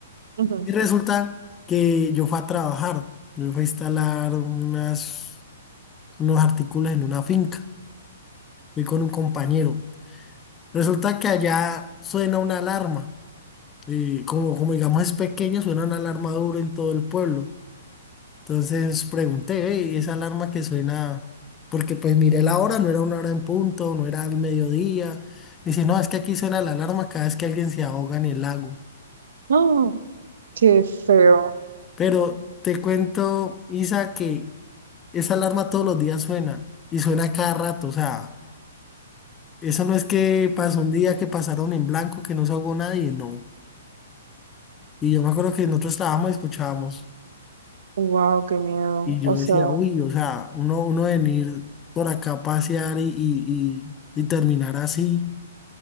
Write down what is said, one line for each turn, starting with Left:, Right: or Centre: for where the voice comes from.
Right: ujú.
Left: Y resulta que yo fui a trabajar, yo fui a instalar unas, unos artículos en una finca, fui con un compañero. Resulta que allá suena una alarma, eh, como, como digamos es pequeño, suena una alarma duro en todo el pueblo. Entonces pregunté, "Ve, ¿y esa alarma que suena? Porque pues miré la hora, no era una hora en punto, no era al mediodía. Dice, no, es que aquí suena la alarma cada vez que alguien se ahoga en el lago.
Right: ¡Ah! qué feo.
Left: Pero te cuento, Isa, que esa alarma todos los días suena y suena a cada rato. O sea, eso no es que pasó un día que pasaron en blanco, que no se ahogó nadie, no. Y yo me acuerdo que nosotros estábamos y escuchábamos.
Right: Wow, qué miedo.
Left: Y yo
Right: O
Left: decía,
Right: sea.
Left: uy, o sea, uno, uno venir por acá a pasear y, y, y- y terminar así.